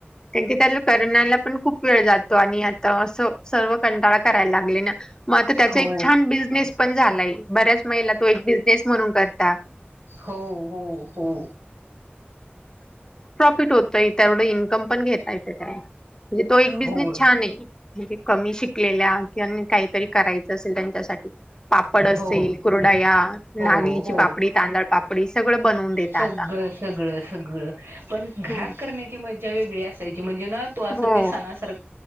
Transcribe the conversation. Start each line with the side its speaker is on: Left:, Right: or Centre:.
Left: कार क त्याला करनाला पण खूप वेळ जातो आणि तर असं सर्व कंटाळा करायला लागले ना. मग आता त्याचा
Right: हो
Left: एक छान बिझनेस पण झालाय बऱ्याच महिला तो एक बिझनेस म्हणून करता
Right: हो हो हो
Left: यवढ इन्कम पण घता येत म्हणजे तो एक
Right: हो
Left: बिझनेस छान आहे कमी शिकलेल्या किंवा काहीतरी करायचं असेल त्यांच्यासाठी पापड असेल
Right: हो
Left: कुरडाया
Right: हो
Left: नागलीची
Right: हो
Left: पापडी तांदळ पापडी बनवून दता
Right: सगळं
Left: आता
Right: सगळं सगळ पण घरात
Left: हो
Right: करण्याची मज्जा वेगळी असायची म्हणजे न तू असं
Left: हो
Right: ते सणा सारखं.